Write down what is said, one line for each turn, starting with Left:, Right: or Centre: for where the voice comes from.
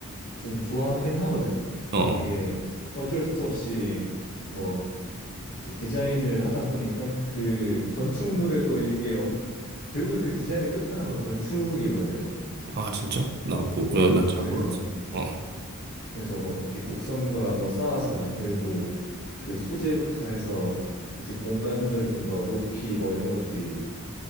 Left: 좀 좋아하긴 하거든.
Right: 어.
Left: 이게 어쩔 수 없이 뭐 이제 디자인을 하다 보니까 그 건축물에도 이게 엄, 결국에 그 디자인의 끝판왕은 건축이거든.
Right: 아, 진짜? 나 뭐,
Left: 음,
Right: 난잘
Left: 그래서
Right: 몰라서. 어.
Left: 그래서 뭐 이렇게 곡선과 뭐 쌓아서 만들고 그 소재부터 해서 이제 공간적인 거, 높이 뭐 이런 것들이